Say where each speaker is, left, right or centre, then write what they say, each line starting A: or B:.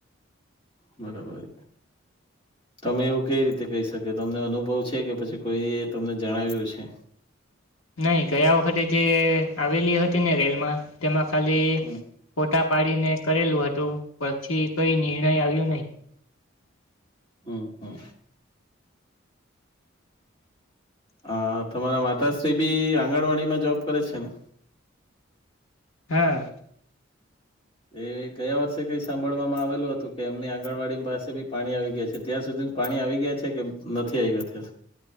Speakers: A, on the left (about 25°); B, on the left (about 80°).
A: બરાબર <inaudible> તમે એવું કઈ રીતે કહી શકે તમને અનુભવ છે કે પછી કોઈ એ તમને જણાવ્યું હશે.
B: નહી ગયા વખતે જે આવેલી હતી ને રેલમાં તેમાં ખાલી
A: હમ
B: ફોટા પાડીને કરેલું હતું પછી કઈ નિર્ણય આવ્યો નહી.
A: હમ્મ હમ્મ. હ તમારા માતાશ્રી બી આંગણવાડીમાં જોબ કરે છે ને
B: હા.
A: એ ગયા વર્ષે કઈ સાંભળવામાં આવેલું હતું કે એમની આંગણવાડી પાસે બી પાણી આવી ગયા છે ત્યાં સુધી પાણી આવી ગયા છે કે નથી આવી ગયા